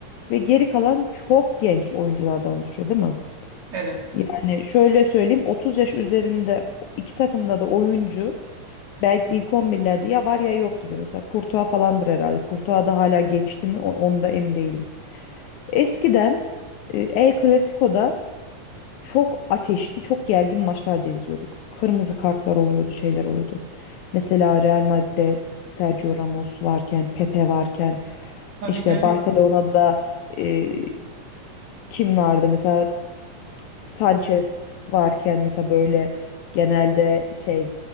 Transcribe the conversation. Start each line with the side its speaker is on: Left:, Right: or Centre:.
Left: ve geri kalan çok genç oyunculardan oluşuyor, değil mi?
Right: Evet
Left: Yani şöyle söyleyeyim 30 yaş üzerinde iki takımda da oyuncu belki ilk 11'lerde ya var ya yok gibi mesela Courtois falandır herhalde. Courtois da hala geçti mi O- onu da emin değilim. Eskiden e, El Clasico'da çok ateşli, çok gergin maçlar da izliyorduk. Kırmızı kartlar oluyordu, şeyler oluyordu. Mesela Real Madrid'de Sergio Ramos varken, Pepe varken,
Right: tabii
Left: işte
Right: tabii.
Left: Barcelona'da e, kim vardı? Mesela Sanchez varken mesela böyle genelde şey